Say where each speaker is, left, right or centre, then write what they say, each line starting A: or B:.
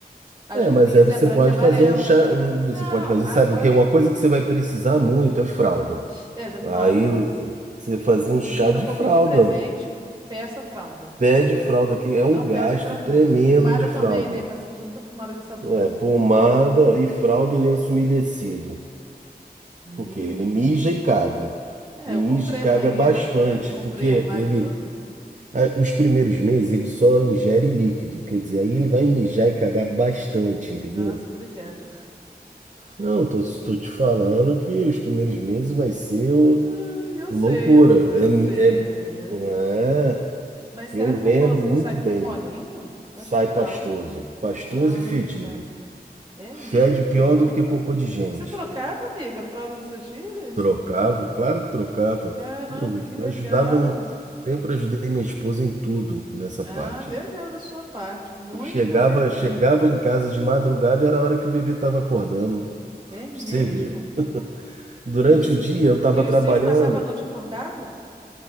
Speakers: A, on the right; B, on the right.
A: as
B: É,
A: roupinhas
B: mas aí você
A: é branca
B: pode
A: e amarela.
B: fazer um chá, um- você
A: Não,
B: pode fazer,
A: agora.
B: sabe o que? Uma coisa que você vai precisar muito
A: Ah.
B: é fralda.
A: É, já me
B: Aí
A: falaram isso.
B: o- você fazer um chá
A: Que quando
B: de
A: eu for
B: fralda,
A: pedir presente, peça fralda.
B: pé de fralda, que é um
A: Não
B: gasto
A: peça outra
B: tremendo
A: coisa. E pomada
B: de fralda.
A: também, né? Parece que usa muita pomada de assadura.
B: É, pomada e fralda e lenço umedecido,
A: Hum.
B: porque ele mija e caga.
A: É,
B: E
A: eu
B: mija
A: comprei
B: e caga
A: banheira
B: bastante,
A: branca, comprei
B: porque
A: armário
B: ele,
A: branco.
B: a- os primeiros meses ele só ingere líquido, quer dizer, aí ele vai mijar e cagar bastante, entendeu?
A: Nossa, obrigada.
B: Não, tô, tô te falando que os primeiros meses vai ser o-
A: Ai, eu
B: loucura.
A: sei, amiga, eu sei,
B: É,
A: é.
B: é, é,
A: Mas será
B: eu lembro
A: que o cocô
B: muito
A: sai tudo
B: bem.
A: molinho? Acho
B: Sai
A: que não.
B: pastoso, pastoso
A: Ah,
B: e fedido.
A: tá. É
B: Fede
A: mesmo?
B: pior
A: Nossa.
B: do que cocô de gente.
A: Você trocava, amiga, a fralda dos seus filhos?
B: Trocava, claro que trocava.
A: Caramba,
B: Eu
A: que legal.
B: ajudava, sempre ajudei minha esposa em tudo nessa
A: Ah,
B: parte.
A: legal da sua parte. Muito
B: Eu chegava,
A: maneiro
B: chegava
A: mesmo.
B: em casa de madrugada, era a hora que o bebê estava acordando. Pra
A: É mesmo?
B: você ver. Durante
A: E, os
B: o dia eu estava
A: e os
B: trabalhando.
A: seus passavam a noite acordado?